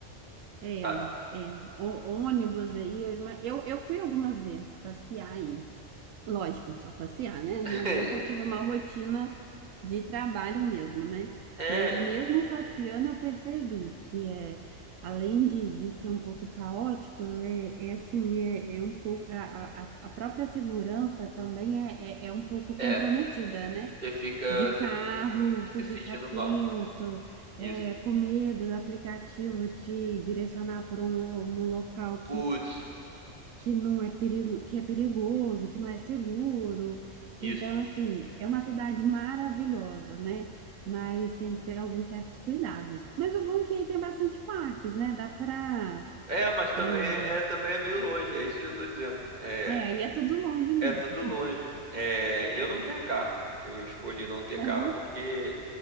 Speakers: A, on the right; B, on the right.
A: É,
B: sabe?
A: é. O, ônibus aí, eu, ima- eu eu fui algumas vezes passear aí. Lógico, só passear, né? Nu-
B: <laughs>
A: Nunca tive uma rotina de trabalho mesmo, né?
B: É,
A: Mas mesmo passeando, eu percebi que é, além de, de ser um pouco caótico, é, é assim, é, é um pouco a, a, a- a própria segurança também é, é, é um pouco comprometida,
B: é,
A: né?
B: você fica,
A: De
B: você
A: carro,
B: fica
A: você
B: se
A: fica
B: sentindo
A: atento,
B: mal. Isso.
A: é, com medo do aplicativo te direcionar por um, lo- um local
B: woods
A: que não é perigo, que é perigoso, que não é seguro.
B: isso.
A: Então, assim, é uma cidade maravilhosa, né? Mas tem que ter alguns certos cuidados. Mas o bom é que aí tem bastante parques, né? Dá pra.
B: É, mas também
A: É,
B: é, é- também é meio longe, é isso que eu tô dizendo. É,
A: é, aí é tudo longe mesmo.
B: é tudo longe. É, eu não tenho carro. Eu escolhi não ter
A: <laughs>
B: carro
A: Aham.
B: porque